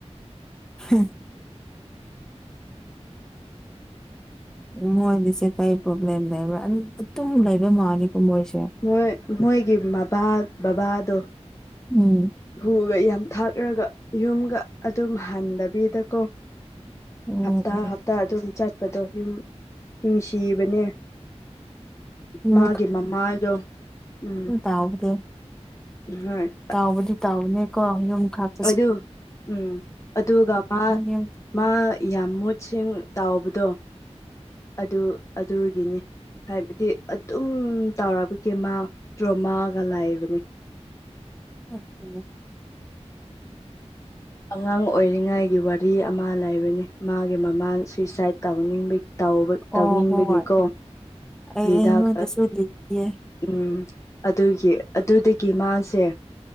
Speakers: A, in the centre; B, on the left.
A: ꯍꯨꯝ ꯃꯣꯏꯒꯤꯁꯦ ꯀꯩ ꯄ꯭ꯔꯣꯕꯂꯦꯝ ꯑꯗꯨꯝ ꯂꯩꯕ ꯃꯥꯂꯦꯒꯣ ꯃꯣꯏꯁꯦ
B: ꯃꯣꯏ ꯃꯣꯏꯒꯤ ꯃꯄꯥ ꯕꯕꯥꯗꯣ
A: ꯎꯝ
B: ꯌꯨꯒ ꯌꯥꯝ ꯊꯥꯛꯂꯒ ꯌꯨꯝꯒ ꯑꯗꯨꯝ ꯍꯟꯗꯕꯤꯗꯀꯣ
A: ꯎꯝ
B: ꯍꯞꯇꯥ
A: ꯎꯝ
B: ꯍꯞꯇꯥ ꯑꯗꯨꯝ ꯆꯠꯄꯗꯣ ꯌꯨꯝ ꯅꯨꯡꯁꯤꯕꯅꯦ
A: ꯌꯨ
B: ꯃꯥꯒꯤ ꯃꯃꯥꯗꯣ ꯎꯝ
A: ꯅꯕꯥꯗꯨ
B: ꯍꯣꯏ
A: ꯇꯥꯎꯕꯗꯤ ꯇꯥꯎꯕꯅꯦꯀꯣ ꯌꯨꯝꯈꯥꯛ
B: ꯑꯗꯨ ꯎꯝ ꯑꯗꯨꯒ ꯃꯥ
A: ꯌꯨꯝ
B: ꯃꯥ ꯌꯥꯝ ꯃꯨꯠꯁꯤꯡ ꯇꯥꯎꯕꯗꯣ ꯑꯗꯨ ꯑꯗꯨꯒꯤꯅꯤ ꯍꯥꯏꯕꯗꯤ ꯑꯗꯨꯝ ꯇꯧꯔꯛꯄꯒꯤ ꯃꯥ ꯗ꯭ꯔꯣꯃꯥꯒ ꯂꯩꯕꯅꯤ <inaudible>
A: ꯎꯃꯦ <inaudible>
B: ꯑꯉꯥꯡ ꯑꯣꯏꯔꯤꯉꯥꯏꯒꯤ ꯋꯥꯔꯤ ꯑꯃ ꯂꯩꯕꯅꯤ ꯃꯥꯒꯤ ꯃꯃꯥ ꯁꯨꯏꯁꯥꯏꯠ ꯇꯧꯅꯤꯡꯕꯒꯤ ꯇꯧꯕ ꯇꯧꯅꯤꯡꯕꯒꯤꯀꯣ
A: ꯑꯣ ꯍꯣꯏ ꯑꯩ
B: ꯍꯤꯗꯥꯛ
A: ꯑꯩꯉꯣꯟꯗꯁꯨ ꯂꯤꯕꯤꯌꯦ
B: ꯎꯝ ꯑꯗꯨꯒꯤ ꯑꯗꯨꯗꯒꯤ ꯃꯥꯁꯦ